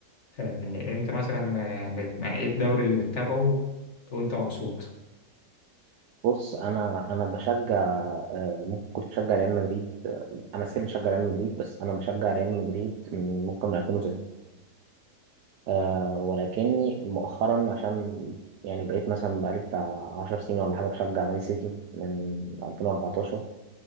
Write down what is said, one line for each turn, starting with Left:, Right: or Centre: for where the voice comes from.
Left: يعني انت مثلا آه، بت- يعني ايه الدوري اللي بتتابعه وانت مبسوط
Right: بص انا انا بشجع آه، ممكن كنت بشجع ريال مدريد آه، انا سير بشجع ريال مدريد بس انا بشجع ريال مدريد من ممكن من 2009 آه ولكني مؤخرا عشان يعني بقيت مثلا بقالي بتاع 10 سنين ولا حاجه بشجع مان سيتي من 2014